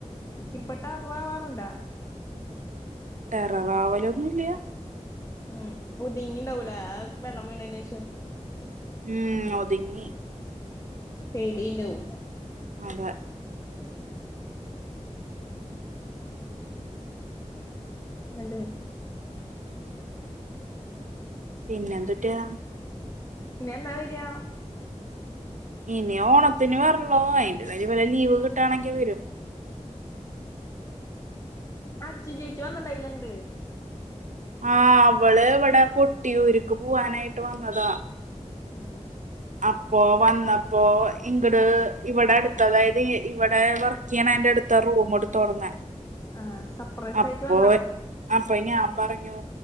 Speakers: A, on the left; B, on the right.
A: ഇപ്പ ടെററാവറോണ്ടോ
B: ട്ടെററാവലൊന്നുല്യാ
A: ഉം ഒതുങ്ങിണ്ടാവൂലേ ആ വെള്ളം വീണയ്നേഷം
B: ഉം ഒതുങ്ങി
A: പേടീണ്ടാവും
B: അതെ
A: ന്ന്ണ്ട്
B: പിന്നെന്തുട്ടാ
A: ഇനി എന്നാ വെര്കാ
B: ഇനി ഓണത്തിന് വർള്ളോ അയിന്റെ <unintelligible> വലലീവ് കിട്ടാണെങ്കി വരും
A: അച്ചു ചേച്ചി വന്ന്ണ്ടായിലേ അങ്ങട്
B: ആഹ് അവള് ഇവടെ കൊട്ടിയൂരിക്ക് പോവാനായിട്ട് വന്നതാ
A: ആ
B: അപ്പോ വന്നപ്പോഇഗ്‌ഡ് ഇവിടെ അടുത്ത അതായത് ഇവടെ വർക്കെയ്യ്ണേന്റട്ത്ത റൂമെട്ത്തോട്ന്നെ
A: ആഹ് സർപ്രൈസ്
B: അപ്പൊ
A: ആയിട്ട് വന്നാണോ
B: അപ്പ ഞാൻ പറഞ്ഞു